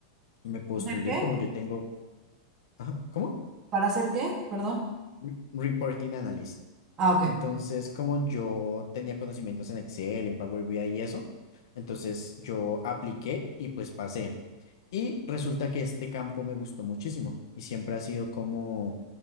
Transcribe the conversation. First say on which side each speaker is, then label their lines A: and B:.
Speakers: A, on the left (about 60°); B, on the right (about 20°).
A: Me postulé
B: ¿Hacer qué?
A: como yo tengo, ajá, ¿cómo?
B: ¿Para hacer qué? Perdón.
A: Re- Reporting Analyst.
B: Ah, ok.
A: Entonces, como yo tenía conocimientos en Excel, en Power BI y eso, entonces yo apliqué y pues pasé. Y resulta que este campo me gustó muchísimo y siempre ha sido como,